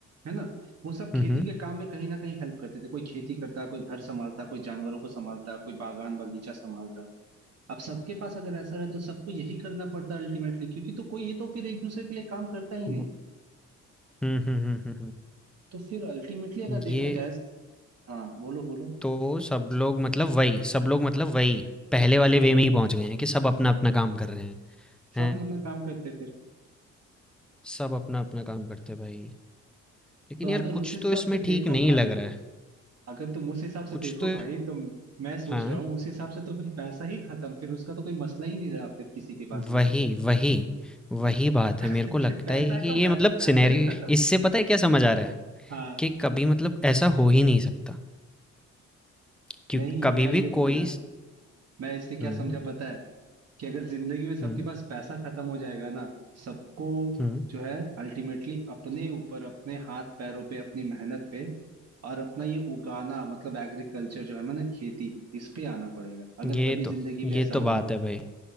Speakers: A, on the right; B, in the centre.
A: है ना वो सब
B: हुँ,
A: खेती
B: हुँ,
A: के काम में कहीं ना कहीं हेल्प करते थे कोई खेती करता कोई घर संभालता कोई जानवरों को संभालता कोई बागान बगीचा संभालता अब सबके पास अगर ऐसा रहता तो सबको यही करना पड़ता अल्टीमेटली क्योंकि तो कोई तो फिर एक दूसरे के लिए काम करता ही
B: वो-
A: नहीं
B: हुँ, हुँ, हुँ, हुँ, हुँ,
A: तो फिर अल्टीमेटली अगर देखा
B: ये
A: जाए हाँ बोलो बोलो
B: तो सब लोग मतलब वही सब लोग मतलब वही पहले वाले वे में ही पहुंच गए हैं कि सब अपना अपना काम कर रहे हैं हैं
A: सब अपना अपना काम करते फिर
B: सब अपना अपना काम करते हैं भाई लेकिन
A: तो
B: यार
A: अगर उस
B: कुछ
A: हिसाब
B: तो इसमें
A: से देखो
B: ठीक नहीं
A: भाई
B: लग रहा है
A: अगर तुम उस हिसाब से
B: कुछ
A: देखो
B: तो
A: भाई तो मैं सोच
B: हाँ
A: रहा हूँ उस हिसाब से तो फिर पैसा ही खत्म फिर उसका तो कोई मसला ही नहीं रहा फिर किसी के पास
B: वही
A: भी
B: वही वही बात है
A: <laughs>
B: मेरे को लगता
A: फिर पैसा
B: है कि ये
A: का वै-
B: मतलब
A: पैसा
B: सिनेरियो
A: ही खत्म
B: इससे पता है क्या समझ आ रहा है
A: हाँ
B: कि कभी मतलब ऐसा हो ही नहीं सकता क्योंकि
A: नहीं
B: कभी
A: मैं ये
B: भी
A: बोलना
B: कोई
A: है मैं इससे क्या
B: हम्म
A: समझा पता है कि अगर जिंदगी में सबके
B: हम्म
A: पास पैसा खत्म हो जाएगा ना तो सबको
B: हम्म
A: जो है अल्टीमेटली अपने ऊपर अपने हाथ पैरों पे अपनी मेहनत पे और अपना ये उगाना मतलब एग्रीकल्चर जो है ना खेती इस पे आना पड़ेगा अगर
B: ये
A: कभी
B: तो
A: जिंदगी
B: ये
A: में ऐसा
B: तो
A: हुआ
B: बात है भाई